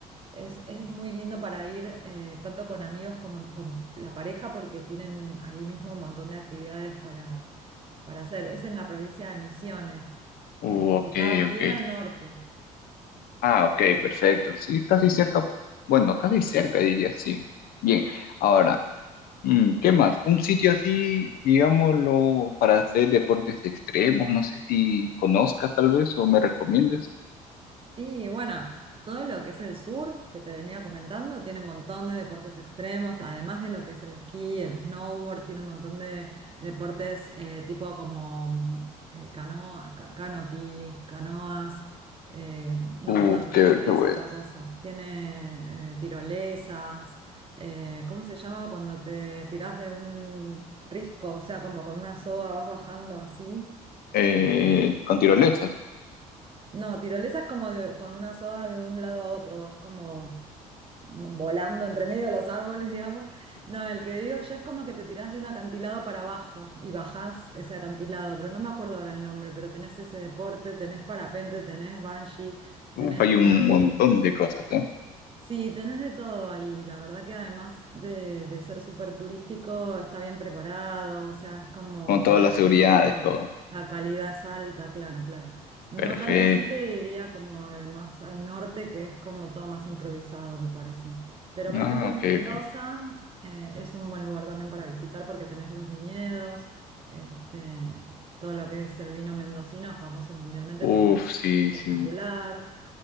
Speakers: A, on the right; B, on the left.
A: es, es muy lindo para ir eh, tanto con amigos como con la pareja porque tienen ahí mismo un montón de actividades para, para hacer. Es en la provincia de Misiones,
B: Uh,
A: este,
B: ok,
A: está bien
B: ok.
A: al norte.
B: Ah, ok, perfecto. Sí, casi cerca, bueno, casi cerca diría, sí. Bien. Ahora, Mm, ¿qué más? Un sitio así, digámoslo, para hacer deportes extremos, no sé si conozcas tal vez o me recomiendes.
A: Sí, bueno, todo lo que es el sur, que te venía comentando, tiene un montón de deportes extremos, además de lo que es el esquí, el snowboard, tiene un montón de deportes eh, tipo como mm, eh, canoa, ca- canopy, canoas, eh, no,
B: Uf,
A: perdón,
B: qué,
A: canopy
B: qué bueno.
A: es otra cosa, tiene eh, tirolesas, eh, ¿cómo se llama cuando te tirás de un risco? O sea, como con una soga vas bajando así.
B: Eh,
A: eh,
B: con tirolesas.
A: no, tirolesa es como de- con una soga de un lado a otro, vas como volando entre medio de los árboles, digamos. No, el que digo yo es como que te tirás de un acantilado para abajo y bajás ese acantilado, pero no me acuerdo ahora el nombre, pero tenés ese deporte, tenés parapente, tenés bungee,
B: Uf,
A: tenés
B: hay
A: canopy,
B: un montón de cosas, ¿eh?
A: Sí, tenés de todo ahí. La verdad que además de, de ser súper turístico, está bien preparado, o sea, es como
B: Con todas
A: que la
B: las
A: categoría,
B: seguridades, todo.
A: la calidad es alta, claro, claro. No
B: Perfecto.
A: tanto así te diría como eh, más al norte, que es como todo más improvisado, me parece. Pero por
B: Ah,
A: ejemplo,
B: ok,
A: Mendoza
B: ok.
A: eh, es un buen lugar también para visitar porque tenés los viñedos, este, todo lo que es el vino mendocino, famoso mundialmente
B: Uf,
A: porque es
B: sí,
A: espectacular.
B: sí.